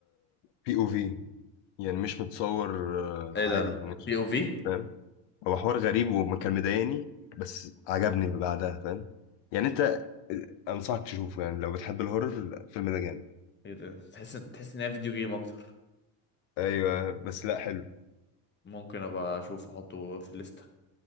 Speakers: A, on the left; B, on the left.
A: بي او في يعني مش متصور آه،
B: ايه
A: عادي
B: ده
A: هو مش
B: بي او في
A: فاهم هو حوار غريب وما كان مضايقني بس عجبني بعدها فاهم يعني
B: مش
A: انت
B: عارف.
A: آه، انصحك تشوفه يعني لو بتحب الهورر الفيلم ده جامد
B: ايه ده تحس تحس ان هي فيديو جيم اكتر
A: ايوه بس لا حلو
B: ممكن ابقى اشوف احطه في الليسته